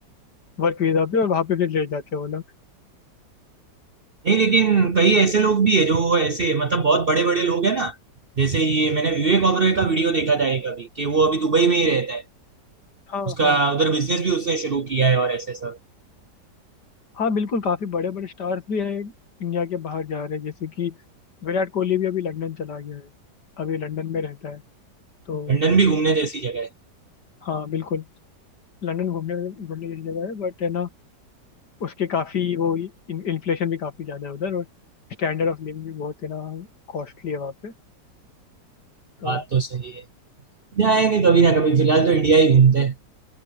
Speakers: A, on the left; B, on the right.
A: वर्क वीजा पे और वहाँ पे फिर रह जाते हैं वो लोग
B: नहीं लेकिन कई ऐसे लोग भी है जो ऐसे मतलब बहुत बड़े बड़े लोग है ना जैसे ये मैंने विवेक ओबरॉय का वीडियो देखा था एक अभी कि वो अभी दुबई में ही रहता है
A: हाँ
B: उसका
A: हाँ
B: उधर बिजनेस भी उसने शुरू किया है और ऐसे सब
A: हाँ बिल्कुल काफी बड़े बड़े स्टार्स भी हैं इंडिया के बाहर जा रहे हैं जैसे कि विराट कोहली भी अभी लंदन चला गया है अभी लंदन में रहता है तो
B: लंदन भी घूमने जैसी जगह है
A: हाँ बिल्कुल लंदन घूमने घूमने जैसी जगह है बट है ना उसके काफी वो इन्फ्लेशन भी काफी ज्यादा है उधर और स्टैंडर्ड ऑफ लिविंग भी बहुत है ना कॉस्टली है वहाँ पे तो
B: बात तो सही है जाएंगे कभी ना कभी फिलहाल तो इंडिया ही घूमते हैं